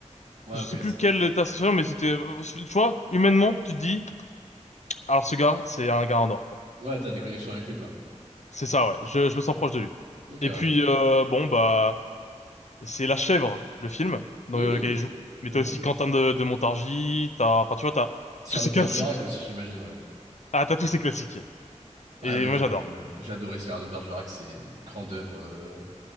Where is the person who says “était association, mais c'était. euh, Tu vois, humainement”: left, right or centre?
Left